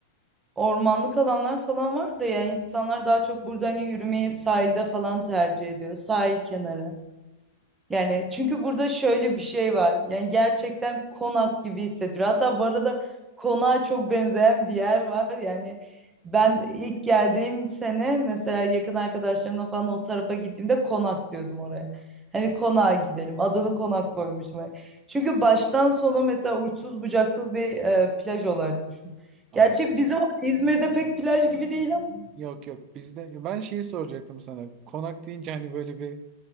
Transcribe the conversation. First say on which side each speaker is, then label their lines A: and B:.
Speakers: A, on the right; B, on the right.
A: Ormanlık alanlar falan var da ya insanlar daha çok burada hani yürümeyi sahilde falan tercih ediyor. Sahil kenarı. Yani çünkü burada şöyle bir şey var. Yani gerçekten konak gibi hissettiriyor. Hatta bu arada konağa çok benzeyen bir yer var. Yani ben ilk geldiğim sene mesela yakın arkadaşlarımla falan o tarafa gittiğimde konak diyordum oraya. Hani konağa gidelim. Adını konak koymuştum. Çünkü baştan sona mesela uçsuz bucaksız bir e, plaj olarak düşün.
B: Aa,
A: Gerçi bizim İzmir'de pek plaj gibi değil ama
B: yok yok bizde ben şeyi soracaktım sana. Konak deyince hani böyle bir